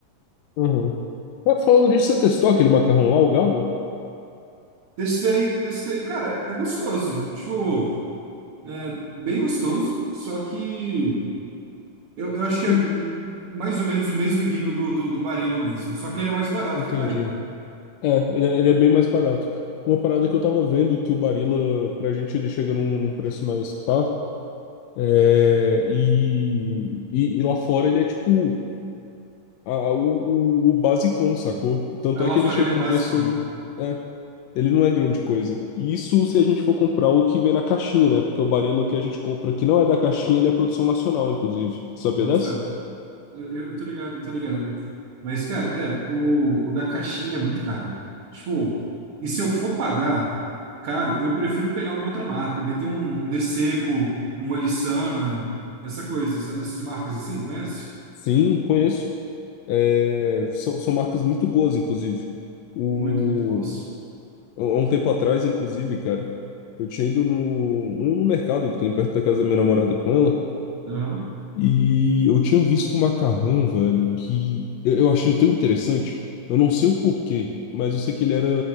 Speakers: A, on the left; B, on the right.
A: aham. Mas falando nisso, você testou aquele macarrão lá, o galo?
B: Testei, testei. Cara, é gostoso. Tipo, é bem gostoso, só que. Eu, eu acho que é
A: Sim,
B: hum, mais ou menos o mesmo nível do, do, do Barilla mesmo. Só que ele é mais barato
A: entendi.
B: que o Barilla.
A: É, ele, é- ele é bem mais barato. Uma parada que eu tava vendo que o Barilla, pra gente, ele chega num, num preço mais tá? É, e, e, e lá fora ele é tipo a- a- o, o, o basicão, sacou? Tanto
B: Aí Lá
A: é que
B: fora
A: ele chega
B: ele é o
A: num
B: basicão.
A: preço. É, ele não é grande coisa. E isso se a gente for comprar o que vem na caixinha, né? Porque o Barilla que a gente compra que não é da caixinha, ele é produção nacional, inclusive. Sabia
B: Boto
A: dessa?
B: fé. Eu, eu, eu tô ligado, eu tô ligado. Mas, cara, é, o, o da caixinha ele é muito caro. Tipo, e se eu for pagar caro, eu prefiro pegar uma outra marca, meter um, um Deseco, uma Lissana, essa coisa, essa- essas marcas assim, conhece?
A: Sim, conheço. É, são, são marcas muito boas, inclusive. O,
B: Muito, muito boas.
A: há um tempo atrás, inclusive, cara, eu tinha ido no, no, no mercado que tem perto da casa da minha namorada com ela,
B: Aham.
A: e eu tinha visto um macarrão, velho, que eu, eu achei ele tão interessante. Eu não sei o porquê, mas eu sei que ele era.